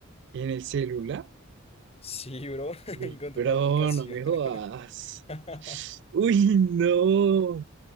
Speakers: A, on the right; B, on the left.
A: ¿En el celular?
B: Sí, bro, <laughs>
A: Uy,
B: encontré
A: bro,
B: una aplicación.
A: no me jodas.
B: <laughs>
A: Uy, no.